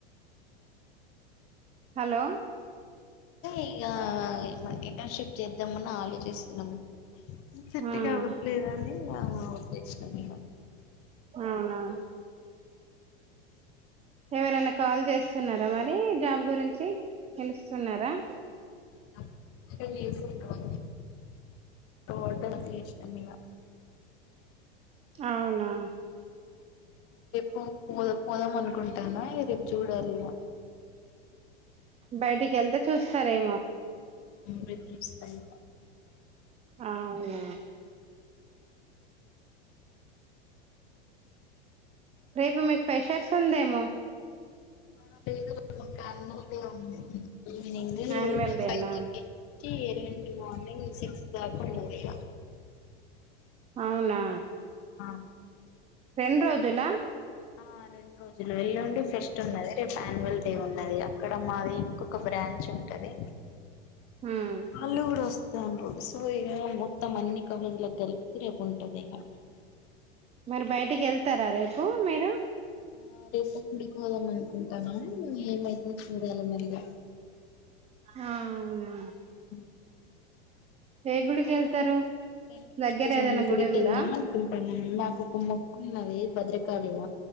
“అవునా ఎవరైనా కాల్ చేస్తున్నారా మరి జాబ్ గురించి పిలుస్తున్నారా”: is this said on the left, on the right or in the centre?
Right